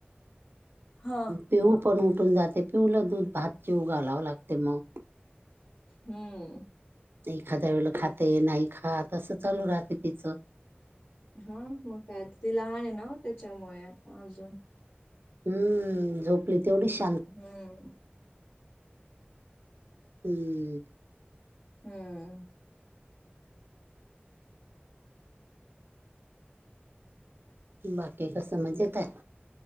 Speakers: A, on the left; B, on the right.
A: हा
B: पिऊू पण उठून जाते पिऊूला दूध भात जेवू घालावं लागते मग.
A: हम्म.
B: एखादा वेळेला खाते नाही खात अस चालू राहते तिचं.
A: हा मग काय ती लहान आहे ना त्याच्यामुळे अजून.
B: हम्म झोपली तेवढी श
A: हम्म
B: हम्म
A: हम्म.
B: बाकी कस मजेत हाय?